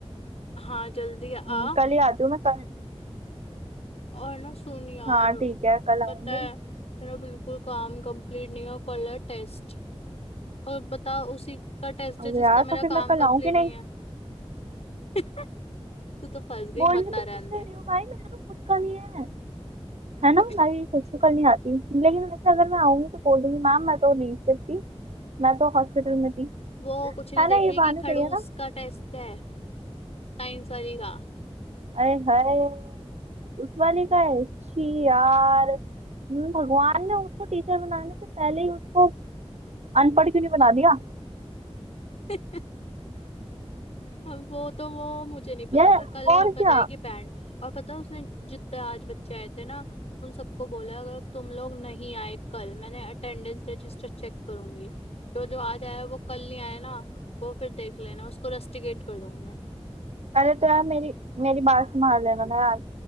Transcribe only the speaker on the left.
हाँ जल्दी आ
और ना सुन यार
पता है मेरा बिल्कुल काम कंप्लीट नहीं है कल है टेस्ट और बता उसी का टेस्ट
है जिसका
मेरा
काम
कंप्लीट
नहीं है <laughs> तू तो फंस गई
मता
रहने
दे
<laughs>
<coughs> वो कुछ नहीं
देखेगी
खड़ूस
का टेस्ट है साइंस वाली का
<laughs> अब वो तो वो मुझे नहीं पता
पर कल वो
बजाएगी
बैंड और पता है उसने जितने आज बच्चे आए थे ना उन सबको बोला अगर तुम लोग नहीं आए कल मैंने अटेंडेंस रजिस्टर चेक करूंगी जो जो आज आया वो कल नहीं आया ना वो फिर देख लेना उसको रस्टिकेट कर दूंगी मैं